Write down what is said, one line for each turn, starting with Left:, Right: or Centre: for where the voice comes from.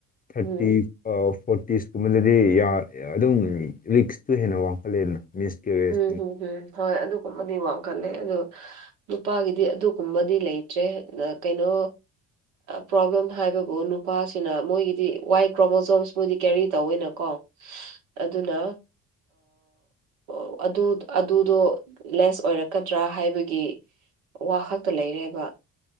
Left: ꯊꯥꯔꯇꯤ
Right: ꯎꯝ
Left: ꯑꯥ ꯐꯣꯔꯇꯤꯁꯀꯨꯝꯕꯗꯗꯤ ꯌꯥ ꯑꯗꯨꯝ ꯂꯤꯛꯁꯇꯨ ꯍꯦꯟꯅ ꯋꯥꯡꯈꯠꯂꯦꯗꯅ ꯃꯤꯁ ꯀꯦꯔꯦꯖꯀꯨꯝꯕ
Right: ꯎꯝ ꯍꯝ ꯎꯝ ꯍꯣꯏ ꯑꯗꯨꯒꯨꯝꯕꯗꯤ ꯋꯥꯡꯈꯠꯂꯦ ꯑꯣ ꯅꯨꯄꯥꯒꯤꯗꯤ ꯑꯗꯨꯒꯨꯝꯕꯗꯤ ꯂꯩꯇ꯭ꯔꯦ ꯀꯩꯅꯣ ꯄ꯭ꯔꯣꯕ꯭ꯂꯦꯝ ꯍꯥꯏꯕꯕꯨꯣ ꯅꯨꯄꯥꯁꯤꯅ ꯃꯣꯏꯒꯤꯗꯤ ꯋꯥꯏꯠ ꯀ꯭ꯔꯣꯃꯣꯖꯣꯝꯁ <unintelligible> ꯀꯦꯔꯤ ꯇꯧꯋꯦꯅꯀꯣ ꯑꯗꯨꯅ ꯑꯣ ꯑꯗꯨ ꯑꯗꯨꯗꯣ ꯂꯦꯁ ꯑꯣꯏꯔꯛꯀꯗ꯭ꯔꯥ ꯍꯥꯏꯕꯒꯤ ꯋꯥ ꯈꯛꯇ ꯂꯩꯔꯦꯕ